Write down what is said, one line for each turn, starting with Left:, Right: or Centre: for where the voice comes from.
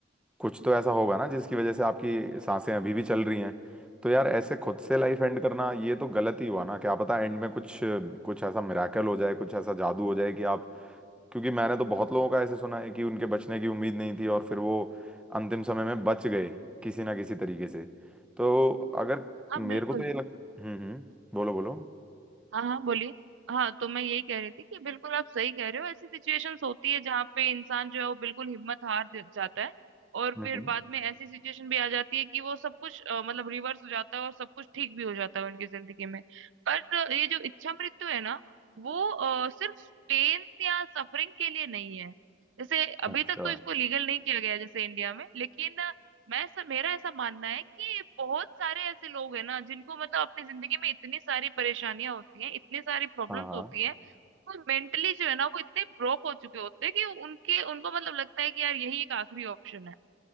Centre: कुछ तो ऐसा होगा ना जिसकी वजह से आपकी सांसें अभी भी चल रही हैं तो यार ऐसे खुद से लाइफ एंड करना ये तो गलत ही हुआ ना क्या पता एंड में कुछ कुछ ऐसा मिराकल हो जाए कुछ ऐसा जादू हो जाए कि आप क्योंकि मैंने तो बहुत लोगों का ऐसे सुना है कि उनके बचने की उम्मीद नहीं थी और फिर वो अंतिम समय में बच गए किसी ना किसी तरीके से तो अगर
Right: हाँ
Centre: मेरे
Right: बिल्कुल
Centre: को तो ये लग हम्म हम्म बोलो बोलो
Right: हाँ हाँ बोलिए हाँ तो मैं यही कह रही थी कि बिल्कुल आप सही कह रहे हो ऐसी सिचुएशंस होती है जहाँ पे इंसान जो है वो बिल्कुल हिम्मत हार दे- जाता है और
Centre: हम्म
Right: फिर बाद में ऐसी सिचुएशन भी आ जाती है कि वो सब कुछ अ, मतलब रिवर्स हो जाता है और सब कुछ ठीक भी हो जाता है उनकी जिंदगी में बट अ, ये जो इच्छा मृत्यु है ना वो अ, सिर्फ पेन या सफरिंग के लिए नहीं है जैसे अभी
Centre: अच्छा
Right: तक तो इसको लीगल नहीं किया गया है जैसे इंडिया में लेकिन मैं ऐसा मेरा ऐसा मानना है कि बहुत सारे ऐसे लोग हैं ना जिनको मतलब अपनी जिंदगी में इतनी सारी परेशानियां होती हैं इतनी सारी प्रॉब्लम्स
Centre: हाँ हाँ
Right: होती हैं वो मेंटली जो है ना वो इतने ब्रोक हो चुके होते हैं कि उनके उनको मतलब लगता है कि यार यही एक आखिरी ऑप्शन है